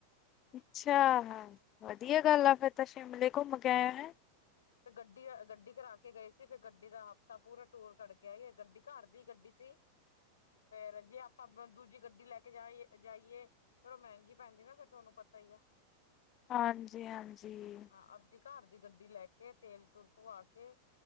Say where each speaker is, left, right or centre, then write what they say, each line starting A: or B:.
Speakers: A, on the left; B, on the left.
A: ਅੱਛਾ ਵਧੀਆ
B: ਹਾਂਜੀ
A: ਗੱਲ ਆ ਫੇਰ ਤਾਂ ਸ਼ਿਮਲੇ ਘੁੰਮ ਕੇ ਆਏ ਹੈ।
B: ਫੇਰ ਗੱਡੀ ਗੱਡੀ ਕਰਾ ਕੇ ਗਏ ਸੀ ਫੇਰ ਗੱਡੀ ਦਾ ਹਫ਼ਤਾ ਪੂਰਾ ਟੂਰ ਕੱਡਕੇ ਆਏ ਆ ਗੱਡੀ ਘਰ ਦੀ ਗੱਡੀ ਸੀ। ਫੇਰ ਜੇ ਆਪਾਂ ਦੂਜੀ ਗੱਡੀ ਲੈ ਕੇ ਜਾਈ ਤੇ ਜਾਈਏ। ਫੇਰ ਉਹ ਮਹਿੰਗੀ ਪੈਂਦੀ ਨਾ ਫੇਰ ਤੁਹਾਨੂੰ ਪਤਾ ਹੀ ਆ।
A: ਹਾਂਜੀ- ਹਾਂਜੀ।
B: ਹਾਂ ਆਪਦੀ ਘਰ ਦੀ ਗੱਡੀ ਲੈ ਕੇ ਤੇਲ- ਤੂਲ ਪਵਾ ਕੇ।